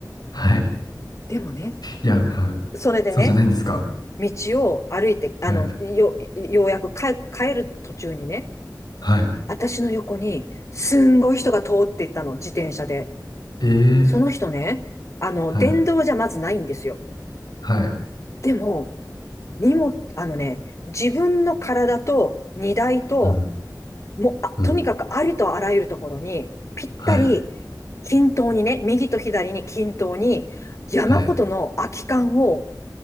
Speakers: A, on the left (about 65°); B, on the left (about 45°).
A: はい。
B: でもね、
A: いや、はい。
B: それでね、
A: そうじゃないんですか。
B: 道を歩いて、
A: はい。
B: あの、よ、ようやく帰、帰る途中にね、
A: はい。
B: 私の横に、すんごい人が通っていったの、自転車で。
A: えー。
B: その人ね、あの、
A: はい。
B: 電動じゃまずないんですよ。
A: はい。
B: でも、荷物、あのね、自分の体と荷台と、
A: うん。
B: もう、あ、
A: うん。
B: とにかくありとあらゆるところに、ぴったり、
A: はい。
B: 均等にね、右と左に均等に、山ほどの空き缶を
A: はい。